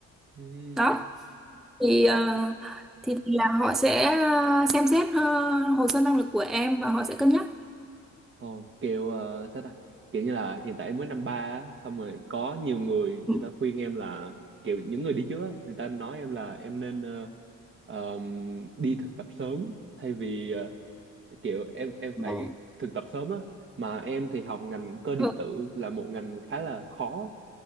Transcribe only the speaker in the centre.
Đó. Thì ờ,
thì là họ sẽ ờ, xem xét ờ, hồ sơ năng lực của em và họ sẽ cân nhắc.
Ừ.
Ồ.
Ừ.